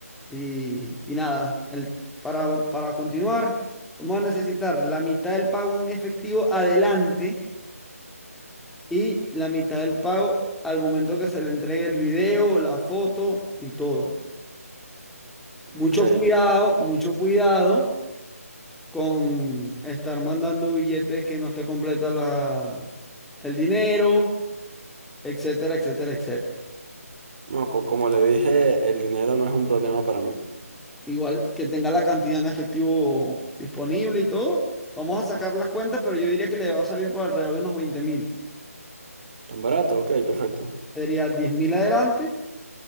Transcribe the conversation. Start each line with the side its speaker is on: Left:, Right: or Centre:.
Centre: Y, y nada, el, para, para continuar, vamos a necesitar la mitad del pago en efectivo adelante y la mitad del pago al momento que se le entregue el video, la foto y todo.
Right: Ok.
Centre: Mucho cuidado, mucho cuidado con estar mandando billetes que no te completa la, el dinero, etcétera, etcétera, etcétera.
Right: No, co- como le dije, el dinero no es un problema para mí.
Centre: Igual que tenga la cantidad en efectivo disponible y todo. Vamos a sacar las cuentas, pero yo diría que le va a salir por alrededor de unos veinte mil.
Right: ¿Tan barato? Ok, perfecto.
Centre: Sería diez mil adelante